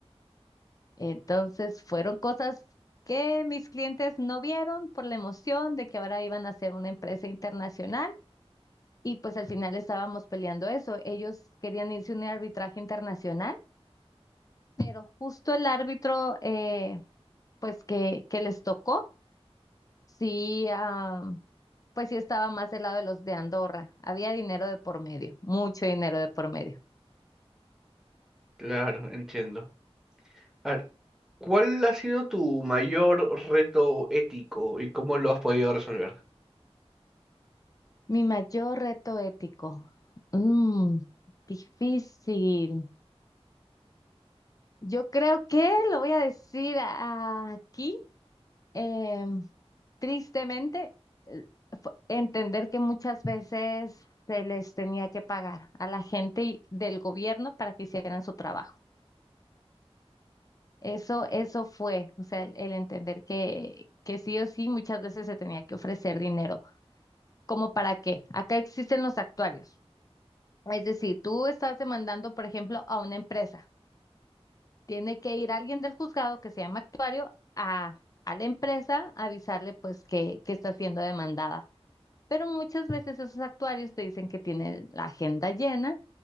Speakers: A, on the left (about 35°); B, in the centre.
A: Entonces fueron cosas que mis clientes no vieron por la emoción de que ahora iban a ser una empresa internacional Y pues al final estábamos peleando eso. Ellos querían irse a un arbitraje internacional, pero justo el árbitro, eh, pues que, que les tocó, sí, ah, pues sí estaba más del lado de los de Andorra. Había dinero de por medio, mucho dinero de por medio.
B: claro, entiendo. A ver, ¿cuál ha sido tu mayor reto ético y cómo lo has podido resolver?
A: Mi mayor reto ético. Mm, difícil. Yo creo que lo voy a decir a- aquí. Eh, tristemente, eh, fu- entender que muchas veces se les tenía que pagar a la gente y- del gobierno para que hicieran su trabajo. Eso, eso fue, o sea, el, el entender que, que sí o sí muchas veces se tenía que ofrecer dinero. ¿Cómo para qué? Acá existen los actuarios. Es decir, tú estás demandando, por ejemplo, a una empresa. Tiene que ir alguien del juzgado que se llama actuario a, a la empresa a avisarle pues que, que está siendo demandada. Pero muchas veces esos actuarios te dicen que tienen la agenda llena